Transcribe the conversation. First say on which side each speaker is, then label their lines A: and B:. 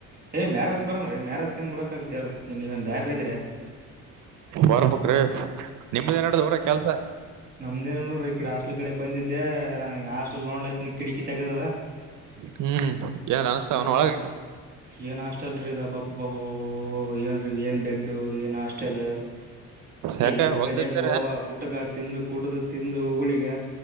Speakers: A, on the right; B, on the right.
A: ಹೇ ಮ್ಯಾರೇಜ್ ಬರೋಂಗ ರೀ ಮ್ಯಾರೇಜ್ ಕ ಹೆಂಗ ಬಿಡಕಾಗ್ದ ಹೇಳ. ನೀವೇನ್ ಬ್ಯಾರೆ ಇದ್ರಿ
B: ಬರ್ಬೇಕ್ರಿ ನಿಮ್ದ ಏನ್ ನಡ್ದ ಊರಾಗ ಕೆಲ್ಸ.
A: ನಮ್ದೇನ ಇಲ್ಲ ನೋಡ್ರಿ ಈ ಕಡೆ ಹಾಸ್ಟಲ್ ಕಡೆ ಬಂದಿದ್ದ. ಇದೇ ಹಾಸ್ಟಲ್ ಲೋನ್ಲಐತನ ಕಿಟಕಿ ತೆಗೆದದ.
B: ಹ್ಮ್ ಏನ್ ಅನಸ್ತಾವನ
A: ಏ
B: ಒಳಗ
A: ಏನ್ ಹಾಸ್ಟೆಲ್ರೀ ಇದ ಪಾ. ಅಬ್ಬಬ್ಬಾ ಏನ್ರಿ ಏನ್ ಬೆಡ್ ಏನ್ ಹಾಸ್ಟೆಲ್.
B: ಯಾಕ
A: ಎಲ್ಲಿ ಬೇಕಲ್ಲ
B: ಹೊಲ್ಸೇಬ್ ಸರ್
A: ಗೋವಾ ಗುಟ್ಕಾ ತಿಂದು. ಕುಡ್ದು ತಿಂದು ಉಗುಳಿಗ